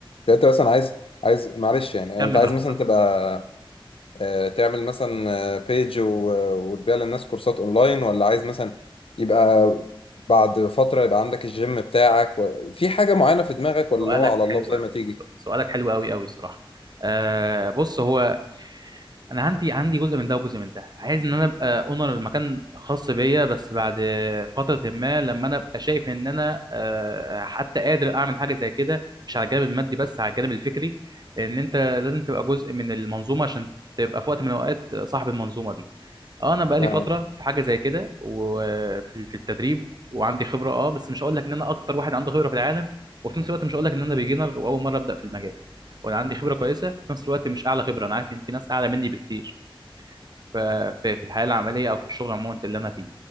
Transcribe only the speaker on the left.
انت مثلا عايز عايز معلش يعني
انت عايز
مثلا تبقى آه، تعمل مثلا بيج وتبيع للناس كورسات اونلاين ولا عايز مثلا يبقى بعد فترة يبقى عندك الجيم بتاعك و... في حاجة معينة في دماغك ولا
اللي هو على الله
زي
ما تيجي
اه